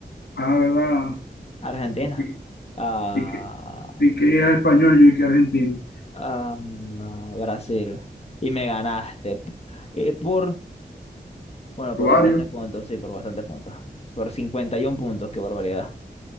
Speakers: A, on the left; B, on the left.
A: Ah, verdad.
B: Argentina.
A: es Pi-
B: Ah,
A: Piqué, Piqué es español, yo y que argentino.
B: ah, Brasil. Y me ganaste. Y por, bueno,
A: Por
B: por
A: varios.
B: bastantes puntos, sí, por bastantes puntos. Por 51 puntos, qué barbaridad.